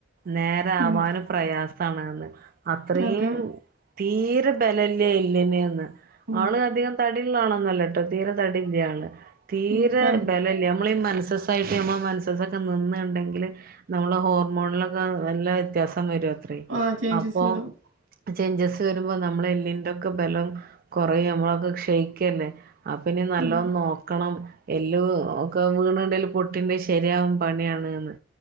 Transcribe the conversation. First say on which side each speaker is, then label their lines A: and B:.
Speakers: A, on the right; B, on the right.
A: നേരവാനും
B: ഉം
A: പ്രയാസണ്ന്ന് അത്രീം.
B: അതെ
A: തീര ബല ല്ല എല്ല്ന് ന്ന്.
B: ഉം
A: ആള് അധികം. തടിള്ള ആളൊന്നും അല്ലട്ടോ? തീരെ തടില്യ ആള്. തീരെ
B: ഉം പറഞ്ഞു
A: ബല ല്ല. നമ്മളീ മൻസസ്. ട്ട്, നമ്മള് മൻസ്സസ് ഒക്കെ നിന്ണ്ടെങ്കില്. നമ്മള് ഹോർമോണില്. നല്ല വ്യത്യാസം വരൂ അത്രേ,
B: ആ ചേഞ്ചസ്
A: അപ്പൊ.
B: വരും
A: ചേയ്ഞ്ചസ് വരുമ്പോ, നമ്മളെ എല്ലിന്റെക്കെ ബലം കൊറയും. നമ്മളൊക്കെ ക്ഷയിക്കല്ലേ? അപ്പനി, നല്ലോം
B: ഉം
A: നോക്കണം. എല്ല് ഒക്കെ വീണണ്ടെങ്കിൽ, പൊട്ടീ ണ്ടെങ്കിൽ ശരിയാവാൻ പണിയാണ് ന്ന്.